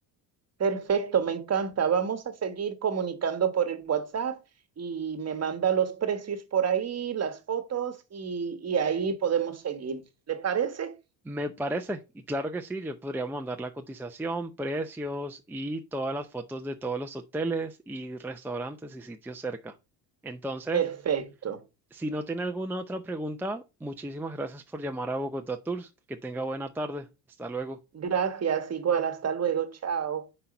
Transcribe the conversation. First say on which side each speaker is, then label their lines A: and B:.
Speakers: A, on the right (about 30°); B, in the centre.
A: Perfecto, me encanta. Vamos a seguir comunicando por el WhatsApp y me manda los precios por ahí, las fotos y, y ahí podemos seguir. ¿Le parece?
B: Me parece, y claro que sí, yo podría mandar la cotización, precios y todas las fotos de todos los hoteles y restaurantes y sitios cerca. Entonces,
A: Perfecto.
B: Si no tiene alguna otra pregunta, muchísimas gracias por llamar a Bogotá Tours. Que tenga buena tarde. Hasta luego.
A: Gracias, igual, hasta luego, chao.